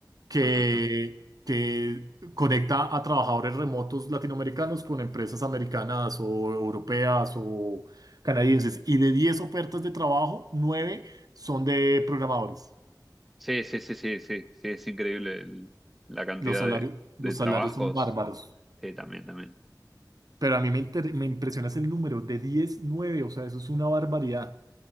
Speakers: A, on the right; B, in the centre.
A: que,
B: Ajá, ajá.
A: que conecta a trabajadores remotos latinoamericanos con empresas americanas o europeas o canadienses. Y de 10 ofertas de trabajo, 9 son de programadores.
B: Sí, sí, sí, sí, sí, sí, es increíble el- la cantidad
A: Los salarios,
B: de, de
A: los
B: trabajos.
A: salarios son bárbaros.
B: Sí, también, también.
A: Pero a mí me, inter- me impresiona ese número de 10 nueve o sea, eso es una barbaridad.